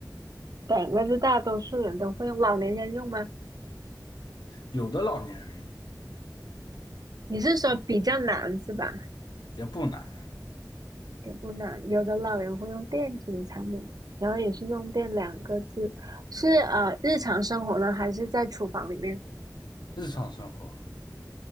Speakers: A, on the right; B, on the left.
A: 两个字，大多数人都会用。老年人用吗？
B: 有的老年人用。
A: 你是说比较难是吧？
B: 也不难，
A: 也不难，有的老人会用电子产品，然后也是用电两个字，是呃日常生活呢，还是在厨房里面？
B: 日常生活